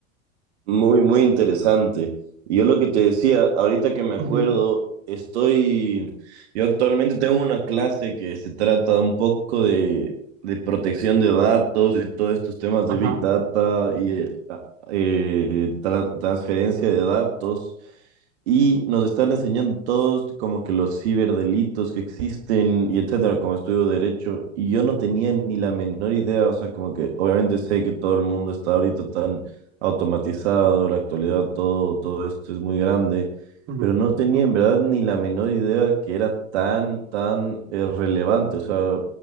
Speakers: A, on the right (about 55°); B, on the right (about 35°).
A: Muy, muy interesante. Y Yo lo que te decía, ahorita que me acuerdo,
B: Ujú,
A: estoy, yo actualmente tengo una clase que se trata un poco de, de protección de datos y todos estos temas
B: Ajá.
A: de Big Data y eh, a- eh, tra- transferencia de datos. Y nos están enseñando todos como que los ciberdelitos que existen y etcétera, como estudio de derecho. Y yo no
B: ajá,
A: tenía ni la menor idea, o sea, como que obviamente sé que todo el mundo está ahorita tan automatizado, en la actualidad, todo, todo esto es muy grande,
B: ujú,
A: pero no tenía en verdad ni la menor idea que era tan, tan eh, relevante, o sea,